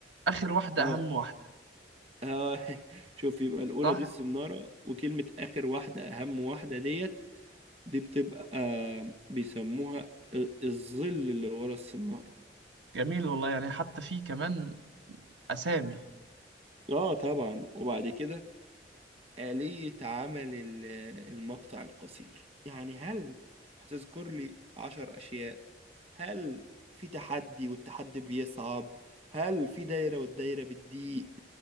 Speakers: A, on the right (about 75°); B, on the right (about 35°).
A: آخر واحدة
B: اه
A: أهم واحدة
B: آه، <laughs> شوف يبقى الأولى
A: صح
B: دي السنارة وكلمة آخر واحدة أهم واحدة ديت دي بتبقى بيسموها الظل اللي ورا السنارة
A: جميل والله يعني حتى في كمان أسامي
B: اه طبعا وبعد كده آلية عمل ال- المقطع القصير يعني هل هتذكر لي عشر أشياء هل في تحدي والتحدي بيصعب هل في دايرة والدايرة بتضيق